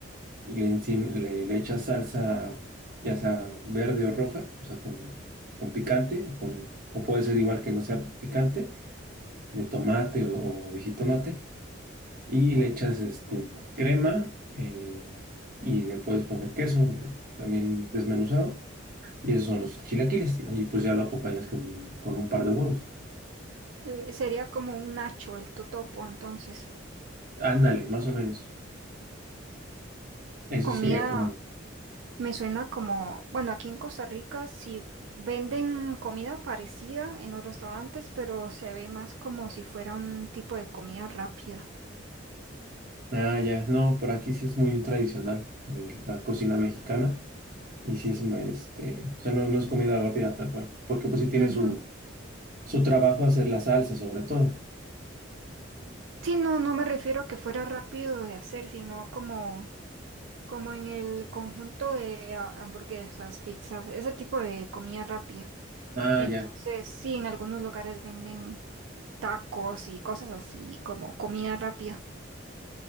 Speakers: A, on the right; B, on the right.
A: le, encima, le, le echas salsa, ya sea verde o roja, o sea, con, con picante, o, con- o puede ser igual que no sea picante, de tomate o, o de jitomate, y le echas este, crema eh, y le puedes poner queso también desmenuzado, y esos son los chilaquiles, y pues ya lo acompañas con, con un par de huevos.
B: eh, sería como un nacho el totopo, entonces.
A: Ándale, más o menos. Eso
B: Comida
A: sería como...
B: me suena como, bueno, aquí en Costa Rica sí venden comida parecida en los restaurantes, pero se ve más como si fuera un tipo de comida rápida.
A: Ah, ya, no, por aquí sí es muy tradicional de la cocina mexicana. Y si es, me- este, o sea, no, no es comida rápida tal cual, porque pues sí tiene
B: Ujú.
A: su, su trabajo hacer la salsa sobre todo.
B: Sí, no, no me refiero a que fuera rápido de hacer, sino como, como en el conjunto de ah, hamburguesas, pizzas, ese tipo de comida rápida.
A: Ah,
B: Entonces,
A: ya.
B: sí, en algunos lugares venden tacos y cosas así como comida rápida.